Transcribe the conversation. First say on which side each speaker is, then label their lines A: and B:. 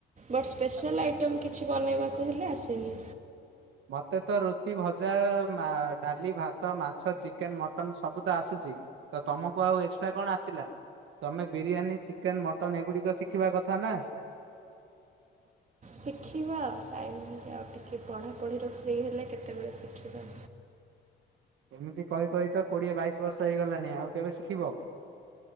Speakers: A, on the right; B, on the right.
A: ବଟ୍ ସ୍ପେଶାଲ୍
B: ଆଚ୍ଛା।
A: ଆଇଟମ୍ କିଛି ବନାଇବାକୁ ହେଲେ ଆସେନି।
B: ମୋତେ ତ ରୁତି ଭଜା ମା ଡାଲି, ଭାତ, ମାଛ, ଚିକେନ୍, ମଟନ୍ ସବୁ ତ ଆସୁଛି। ତ ତମକୁ ଆଉ ଏକ୍ସଟ୍ରା କଣ ଆସିଲା? ତମେ ବିରିୟାନୀ ଚିକେନ ମଟନ୍ ଏଗୁଡ଼ିକ ଶିଖିବା କଥା ନା। <inaudible>
A: ଶିଖିବା ଆଉ ଟାଇମ୍ ଆଉ ଟିକେ ପଢ଼ାପଢ଼ିରେ ଫ୍ରି ହେଲେ କେତେବେଳେ ଶିଖିବା।
B: <inaudible> ଏମିତି କହି କହି ତ କୋଡିଏ ବାଇଶି ବର୍ଷ ହେଇଗଲାଣି ଆଉ କେବେ ଶିଖିବ?